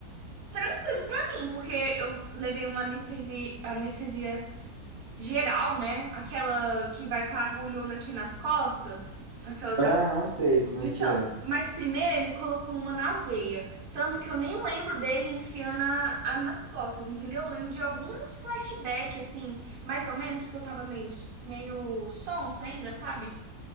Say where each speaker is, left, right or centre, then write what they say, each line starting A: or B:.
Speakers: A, on the right; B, on the right.
A: tranquilo pra mim, porque eu levei uma anestesia, anestesia geral, né? Aquela que vai com a agulhona aqui nas costas, aquela da
B: Aham, sei como é
A: então,
B: que é.
A: mas primeiro ele colocou uma na veia. Tanto que eu nem lembro dele enfiando a, a nas costas, entendeu? Eu lembro de alguns flashbacks, assim, mais ou menos, porque eu tava meio, meio sonsa ainda, sabe?